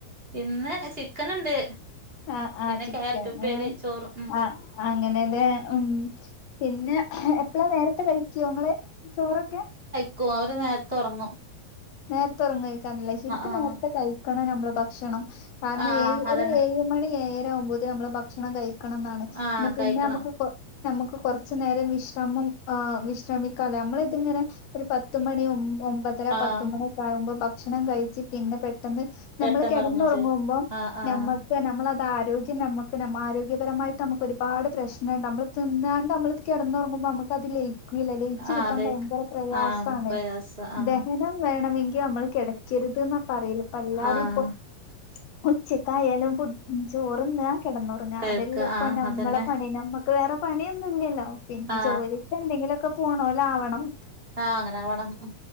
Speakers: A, on the right; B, on the left.
A: ഇന്ന് ചിക്കന്ണ്ട്
B: ആ ആഹ്
A: പിന്നെ
B: ചിക്കന്
A: ക്യാരറ്റുപ്പേരി ചോറും ഉം
B: ആ അങ്ങനെലേ ഉം പിന്നെ എപ്പളാ നേരത്തെ കഴിക്കോങ്ങള് ചോറൊക്കെ
A: ക്കും അവര് നേരത്തെ ഉറങ്ങും
B: നേരത്തെ ഉറങ്ങും കഴിക്കാറില്ല ശരിക്കും
A: ആഹ്
B: നേരത്തെ കഴിക്കണം നമ്മള് ഭക്ഷണം <unintelligible>
A: ആഹ് അതന്നെ
B: മണിഏഴരകുമ്പോത്തിന് നമ്മള് ഭക്ഷണം കഴിക്കണംന്നാണ്
A: ആഹ്
B: ന്നാപിന്നെ
A: കഴിക്കണം
B: നമുക്ക് നമുക്ക് കുറച്ചു നേരം വിശ്രമം ആ വിശ്രമിക്കാലോ നമ്മളിതിങ്ങനെ ഒരു പത്തുമണി ഒമ്പതര
A: ആഹ്
B: പത്തുമണി ഒക്കെ ആകുമ്പോ ഭക്ഷണം കഴിച്ച് പിന്നെ പെട്ടെന്ന്
A: പെട്ടെന്ന്
B: നമ്മള് കിടന്നുറങ്ങുമ്പോ
A: ഒറങ്ങും ചെയ്യും ആഹ് ആഹ്
B: നമ്മ നമ്മളത് ആരോഗ്യം നമുക്ക് ന ആരോഗ്യപരമായിട്ട് നമുക്ക് ഒരുപാട് പ്രശ്നംണ്ട് നമ്മൾ തിന്നാണ്ട് നമ്മള് കെടന്നുറങ്ങുമ്പോ നമുക്കത് ലേ ഇല്ല ലയിച്ച്
A: ആഹ്
B: കിട്ടാൻ
A: അതേക്ക്
B: ഭയങ്കര പ്രയാസാണ്
A: ആഹ് പ്രയാസ ആഹ്
B: ദഹനം വേണമെങ്കി നമ്മള് കിടക്കരുത് ന്നാ പറയല് പ്പെല്ലാരുപ്പൊ
A: ആഹ്
B: ഉച്ചക്കായാലും പു ചോറ്ന്നാ കെടന്നു പിന്നെ
A: കഴിക്ക
B: അതെല്ലപ്പ
A: ആഹ്
B: നമ്മളെ
A: അതന്നെ
B: പണി നമ്മുക്ക് വേറെ പണിയൊന്നുല്ലല്ലോ പിന്നെ
A: ആഹ്
B: ജോലിക്ക് എന്തെങ്കിലൊക്കെ പോണോലാവണം
A: ആഹ് അങ്ങനാവണം